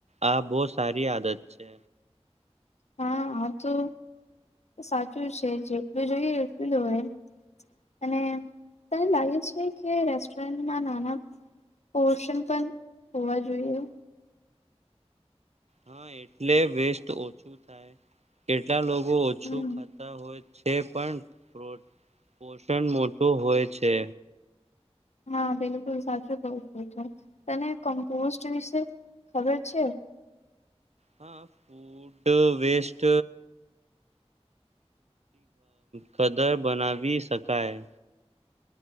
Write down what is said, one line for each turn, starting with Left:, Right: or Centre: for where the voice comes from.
Right: આ બોસ સારી આદત છે,
Left: હા આ તો સાચું છે, જેટલું જોઈએ એટલું હોય અને તને લાગે છે, કે રેસ્ટોરન્ટમાં નાના પોર્શન પણ હોવા જોઈએ,
Right: હા એટલે વેસ્ટ ઓછું થાય કેટલા લોકો બહ ઓછું
Left: હમ
Right: ખાતા હોય તે પણ પ્રો પોષણ મો શું હોય છે,
Left: હા બિલકુલ સાચું ક છું તને કોમ્પોસ્ટ વિશે ખબર છે,
Right: હા ફૂડ વેસ્ટ ખદર બનાવી શકાય